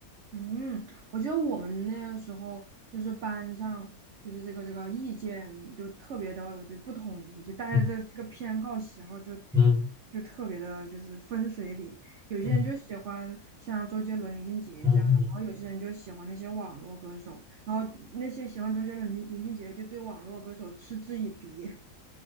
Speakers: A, on the right; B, in the centre.
A: 嗯，我记得我们那个时候就是班上就是这个这个意见就特别的就不统一，就大家的这个偏好喜好就
B: 嗯嗯
A: 就特别的就是分水岭，有些人就喜欢像周杰伦、
B: 嗯
A: 林俊杰这样的，
B: 嗯嗯。
A: 然后有些人就喜欢那些网络歌手，然后那些喜欢周杰伦、林林俊杰就对网络歌手嗤之以鼻。